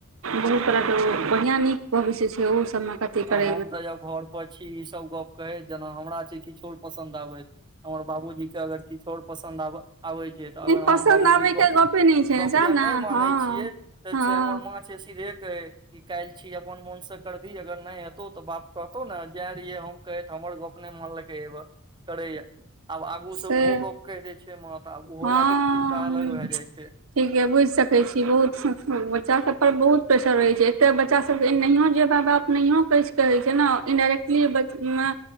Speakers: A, on the right (about 70°); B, on the right (about 20°).
A: बहुत तरहके बढ़िआँ नीक भविष्य छै ओ सबमे मे। कथी
B: आ
A: करे
B: हम तऽ अब घर परर छी ईसभ गप कहैह जेना हमरा जे किछोर पसन्द आबैत। हमर बाबूजी कऽ अगर किछु आओर पसन्द आब आबै। तऽ अगर
A: ह पसन्द
B: हम बाबूजी
A: आबे
B: ग
A: के गपे नहि छै
B: गप
A: ने सएह
B: जन
A: ने
B: नहि मानै
A: हँ
B: छियै तऽ
A: हँ
B: से हमर माँ छै सीधे। काल छीय अपन मन सऽ करबिही अगर। नहि हेतौ तऽ बाप कहतो नऽ जे रहिये हम कहेत हमर गप नहि मनलकै। करे या। आब आगु सऽ
A: से
B: ओहो गप कहि देय छैय तऽ आब ओहो
A: हँ
B: लए क चिन्ता अलग भए जाइ छैय।
A: ठीक के बुझि सकैत छीय बहुत बच्चा सब पर बहुत प्रेेशर रहै छै एतय बच्चा सबके एनयो जे में बाप। नहियो कहै कहै छै ने इन्डायरेक्टली बचमे।